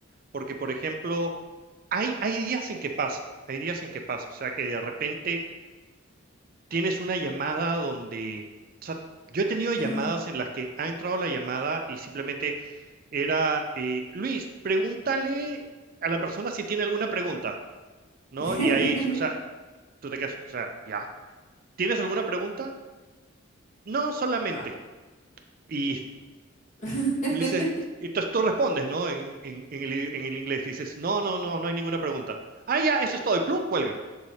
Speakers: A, on the right; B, on the left.
A: porque por ejemplo, hay, hay días en que pasa, hay días en que pasa, o sea, que de repente tienes una llamada donde, o sea, yo he tenido llamadas
B: Ajá.
A: en las que ha entrado la llamada y simplemente era, eh, Luis, pregúntale a la persona si tiene alguna pregunta, ¿no?
B: <laughs>
A: Y ahí, o sea, tú te quedas, o sea, ya. ¿Tienes alguna pregunta? No, solamente.
B: No.
A: Y, <laughs>
B: <laughs>
A: y le dices, y entonces tú respondes, ¿no? En, en- en el, en el inglés, dices, no, no, no, no hay ninguna pregunta. Ah, ya, eso es todo. Y plum, cuelgan.